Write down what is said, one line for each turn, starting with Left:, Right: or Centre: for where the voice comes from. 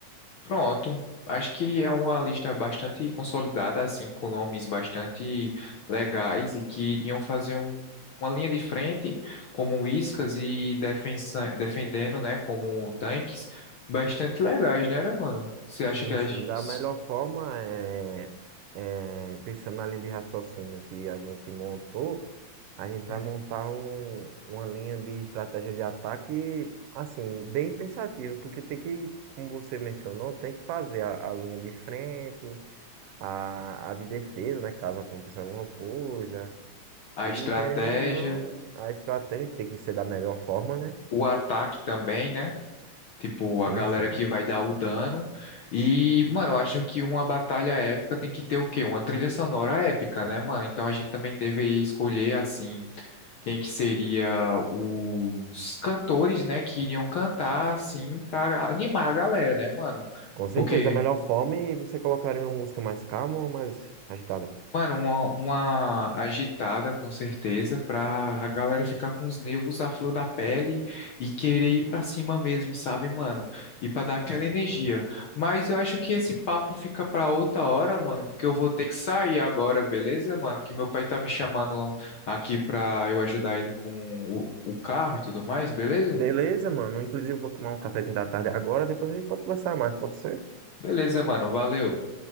Left: Pronto. Acho que é uma lista bastante consolidada, assim, com nomes bastante legais e que iriam fazer um- uma linha de frente como iscas e defensa- defendendo, né, como tanques, bastante legais, né, né, mano? Você acha
Right: Sim,
Left: que a,
Right: sim,
Left: gi-
Right: da
Left: s-
Right: melhor forma é, é, pensando na linha de raciocínio que a gente montou, a gente vai
Left: hum,
Right: montar um, uma linha de estratégia de ataque, assim, bem pensativa, porque tem que, como você mencionou, tem que fazer a, a linha de frente, a, a de defesa, né, caso aconteça alguma coisa,
Left: a
Right: e
Left: estratégia,
Right: querendo ou não, a estratégia que tem que ser da melhor forma, né?
Left: o ataque também, né? Tipo, a
Right: Sim,
Left: galera
Right: sim.
Left: que vai dar o dano. E, mano, eu acho que uma batalha épica tem que ter o quê? Uma trilha sonora épica, né, mano? Então a gente também teve aí escolher, assim, quem que seria os cantores, né, que iriam cantar, assim, pra animar a galera, né, mano?
Right: Com certeza,
Left: Porque
Right: da melhor forma, e você colocaria uma música mais calma ou mais agitada?
Left: Mano, uma, uma agitada, com certeza, pra a galera ficar com os nervos à flor da pele e querer ir pra cima mesmo, sabe, mano? E pra dar aquela energia. Mas eu acho que esse papo fica pra outra hora, mano, porque eu vou ter que sair agora, beleza, mano? Que meu pai tá me chamando aqui pra eu ajudar ele com o, o carro e tudo mais, beleza?
Right: Beleza, mano. Inclusive, vou tomar um cafezinho da tarde agora. Depois a gente pode conversar mais, pode ser?
Left: Beleza, mano, valeu.